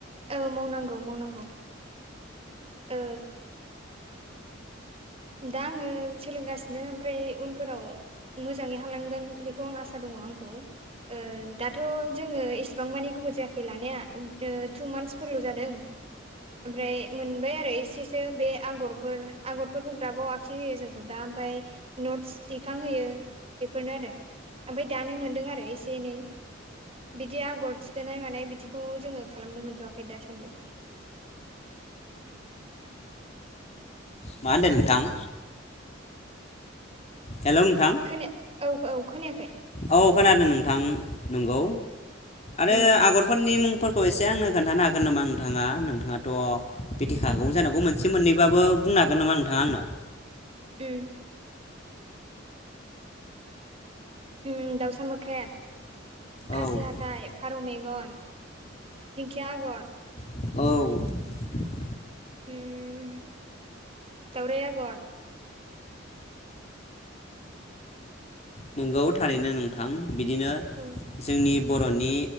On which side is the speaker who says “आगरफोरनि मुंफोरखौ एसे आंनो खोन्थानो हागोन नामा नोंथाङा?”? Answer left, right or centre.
Left